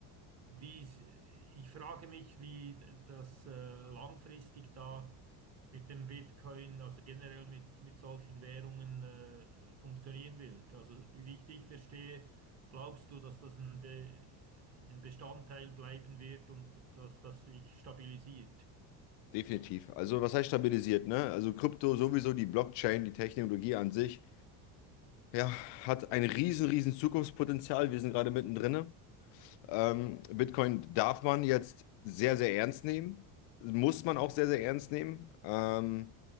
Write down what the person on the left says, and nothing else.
Definitiv. Also was heißt stabilisiert, ne? Also Krypto sowieso, die Blockchain, die Technologie an sich ja, hat ein riesen, riesen Zukunftspotenzial. Wir sind gerade mittendrin. Ähm, Bitcoin darf man jetzt sehr, sehr ernst nehmen. Muss man auch sehr, sehr ernst nehmen. Ähm,